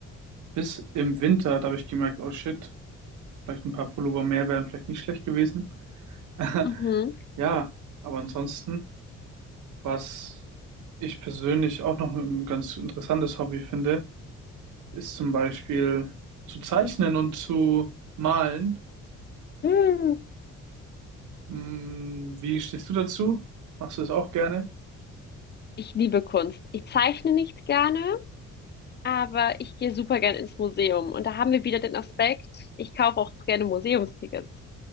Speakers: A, on the right (about 80°); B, on the left (about 35°).
A: Bis im Winter, da habe ich gemerkt, oh shit. Vielleicht ein paar Pullover mehr wären vielleicht nicht schlecht gewesen. <laughs>
B: Mhm.
A: Ja, aber ansonsten, was ich persönlich auch noch ein ganz interessantes Hobby finde, ist zum Beispiel zu zeichnen und zu malen.
B: Hm.
A: Hm, Wie stehst du dazu? Machst du das auch gerne?
B: Ich liebe Kunst. Ich zeichne nicht gerne, aber ich gehe super gerne ins Museum. Und da haben wir wieder den Aspekt, ich kaufe auch gerne Museumstickets.